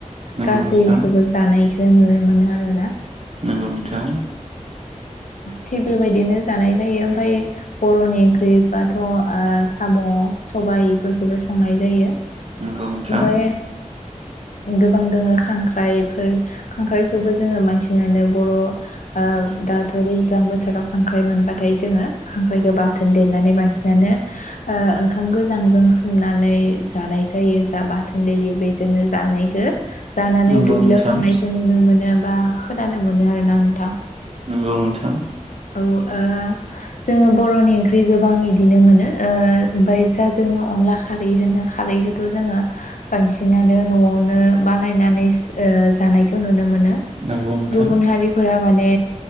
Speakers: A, on the right; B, on the left.
A: नंगौ
B: गासैखोबो
A: नोंथां
B: जानायखो नुनो मोनो आरोना।
A: नंगौ नोंथां
B: थिग बेबायदिनो जानाय जायो ओमफाय बर'नि ओंख्रि बाथ' ओ साम' सबाय इफोरखोबो संनाय जायो।
A: नंगौ नोंथां
B: ओमफाय गोबां दोङो खांख्राइफोर खांख्राइखोबो जोङो बांसिनानो बर' ओ दाथ' दैज्लां बोथोराव खांख्राइ मोनबाथाय जोङो खांख्राइखो बाथोन देनानै बांसिनानो ओ ओंखाम गोजांजों सोमनानै जानाय जायो। जा बाथोन दैयो बेजोंनो जानायखो जानानै
A: नंगौ
B: दुब्लियाव
A: नोंथां
B: थांनायखौ नु नुनो मोनो बा खोनानो मोनो आरोना नोंथां।
A: नोंगौ नोंथां।
B: औ ओ जोङो बर'नि ओंख्रि गोबां इदिनो मोनो ओ ओमफाय जा जोङो अनला खारै होनो खारैखौथ' जोङो बांसिनानो न'आवनो बानायनानै ओ जानायखौ नुनो मोनो।
A: नंगौ नोंथां
B: गुबुन हारिफोरा माने